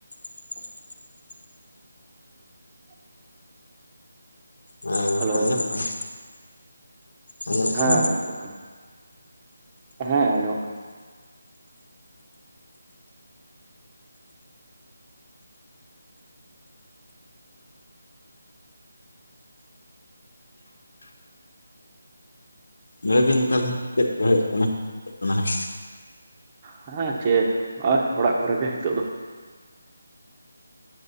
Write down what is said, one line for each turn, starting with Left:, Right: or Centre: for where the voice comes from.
Left: <unintelligible>
Right: <unintelligible>
Left: ᱦᱮᱸ ᱜᱚᱝᱠᱮ
Right: ᱦᱮᱞᱳ
Left: ᱟᱸᱡᱚᱢᱚᱜ ᱠᱟᱱᱟ? ᱟᱸᱡᱚᱢᱚᱜ
Right: ᱦᱮᱸ
Left: ᱠᱟᱱᱟ?
Right: ᱟᱸᱡᱚᱢᱚᱜ ᱠᱟᱱᱟ ᱦᱮᱸ ᱟᱸᱡᱚᱢᱚᱜ ᱠᱟᱱᱟ ᱾
Left: ᱞᱟᱹᱭ ᱵᱤᱱ ᱛᱟᱦᱚᱞᱮ ᱪᱮᱫ ᱠᱚ ᱦᱩᱭᱩᱜ ᱠᱟᱱᱟ ᱠᱟᱱᱟ ᱦᱟᱸᱜ
Right: ᱦᱮᱸ ᱪᱮᱫ ᱦᱚᱜ-ᱚᱭ ᱚᱲᱟᱜ ᱠᱚᱨᱮ ᱜᱮ ᱦᱤᱛᱚᱜ ᱫᱚ ᱾